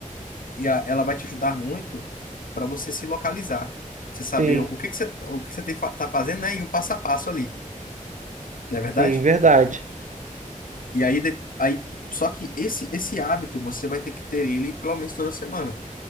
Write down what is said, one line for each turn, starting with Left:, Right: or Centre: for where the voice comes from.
Left: e a- ela vai te ajudar muito para você se localizar, você saber
Right: sim,
Left: o que que você, o que você tem, fa- tá fazendo, né? E o passo a passo ali, não é verdade?
Right: sim, verdade.
Left: E aí, de- aí só que esse esse hábito você vai ter que ter ele pelo menos toda semana.